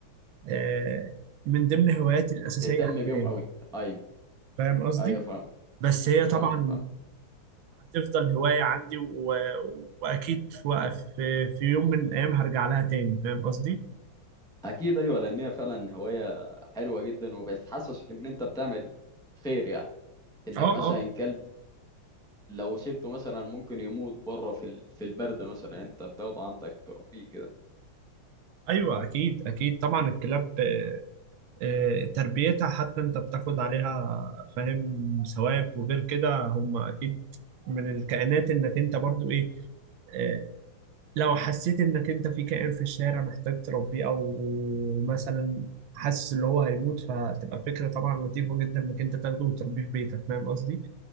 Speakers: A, on the right; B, in the centre.
A: آه، من ضمن هواياتي الاساسيه
B: تهتم
A: حاليا
B: بيهم قوي ايوه
A: فاهم قصدي
B: ايوه فاهمك
A: بس هي طبعا
B: فاهمك فاهمك
A: هتفضل هوايه عندي و... واكيد في وق- في في يوم من الايام هرجع لها تاني فاهم قصدي
B: اكيد ايوه لان هي فعلا هوايه حلوه جدا وبتحسسك ان انت بتعمل خير يعني انك
A: اه
B: مثلا
A: اه
B: كلب لو سيبته مثلا ممكن يموت بره في ال... في البرد مثلا انت بتاخده عندك تربيه كده
A: ايوه اكيد اكيد طبعا الكلاب آه، تربيتها حتى انت بتاخد عليها فاهم ثواب وغير كده هم اكيد من الكائنات انك انت برضو ايه آه، لو حسيت انك انت في كائن في الشارع محتاج تربيه او مثلا حاسس ان هو هيموت فتبقى فكرة طبعا لطيفة جدا انك انت تاخده وتربيه في بيتك فاهم قصدي؟